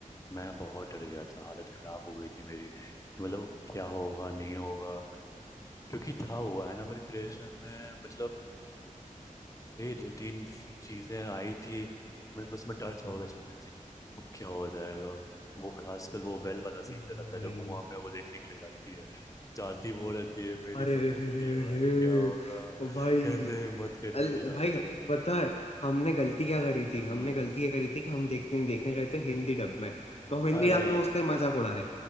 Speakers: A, on the left (about 25°); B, on the left (about 50°).
A: मैं बहुत डर गया था हालत खराब हो गई थी मेरी कि मतलब क्या होगा नहीं होगा क्योंकि था वो एनाबेल क्रिएशन
B: <laughs>
A: में मतलब ये दो तीन चीजें आई थी कि मतलब बस मैं डर जाओगे अचानक से कि अब क्या हो जाएगा वो खासकर वो वेल वाला
B: भाई
A: सीन जो रहता है जो कुआं में वो देखने के लिए जाती है जाती वो रहती है मेरी
B: अरे
A: फटे
B: रे रे
A: रहती
B: रे
A: है भाई
B: रे
A: क्या होगा
B: भाई
A: कैसे हिम्मत कर
B: अल
A: रही है रात
B: भाई
A: को जाने
B: पता
A: का
B: है हमने गलती क्या करी थी हमने
A: हम्म
B: गलती ये करी थी कि हम देखने देखने गए थे हिंदी डब में तो हम हिंदी
A: अरे
B: डब में उसका ही मजाक उड़ा रहे